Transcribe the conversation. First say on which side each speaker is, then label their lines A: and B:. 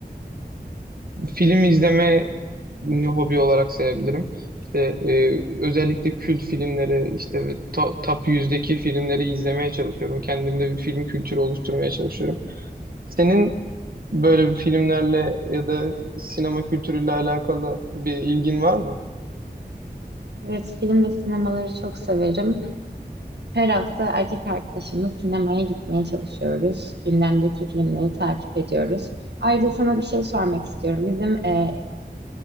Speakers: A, on the right; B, on the right.
A: Film izleme hobi olarak sayabilirim. İşte e, özellikle kült filmleri, işte ve to- top yüzdeki filmleri izlemeye çalışıyorum. Kendimde bir film kültürü oluşturmaya çalışıyorum. Senin böyle bir filmlerle ya da sinema kültürüyle alakalı bir ilgin var mı?
B: Evet, film ve sinemaları çok severim. Her hafta erkek arkadaşımla sinemaya gitmeye çalışıyoruz. Gündemdeki filmleri takip ediyoruz. Ayrıca sana bir şey sormak istiyorum. Bizim e,